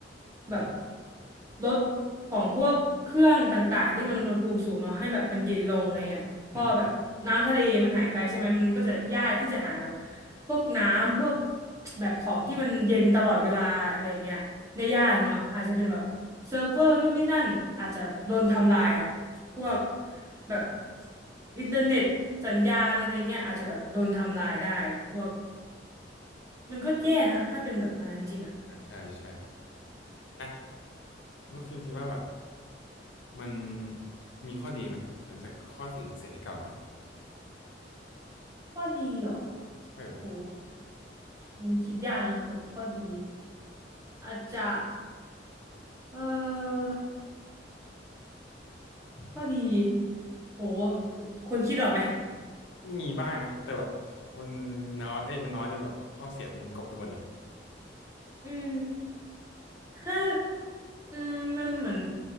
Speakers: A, on the right; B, on the left.
A: แบบลดของพวกเครื่องต่างๆที่มันอุณหภูมิสูงเนาะให้แบบมันเย็นลงอะไรเงี้ยพอแบบน้ำทะเลมันหายไปใช่ไหมมันก็จะยากที่จะหาแบบ
B: อืม
A: พวกน้ำพวกแบบของที่มันเย็นตลอดเวลาอะไรเงี้ยได้ยากเนาะอาจจะเป็นแบบ
B: อืม
A: เซิร์ฟเวอร์นู่นนี่นั่นอาจจะโดนทำลายอ่ะพวก
B: อ่า
A: แบบอินเทอร์เน็ตสัญญาณอะไรเงี้ยอาจจะแบบโดนทำลายได้พวกมันก็แย่นะถ้าเป็นแบบอันนั้นจริงอ่ะ
B: ใช่ใช่อ่ะแล้วคุณคิดว่าแบบมันมีข้อดีไหมหลังจากข้อเสียเสียที่กล่าวมา
A: ข้อดีเหรอ
B: เออ
A: โหอันนี่คิดยากนะแบบข้อดีอาจจะเออข้อดีโหคนคิดออกไหม
B: มีบ้างนะแต่แบบมันน้อยเอ้ยมันน้อยจนแบบข้อเสียมันกลบไปหมดเลย
A: อืม ถ้าอืมมันเหมือน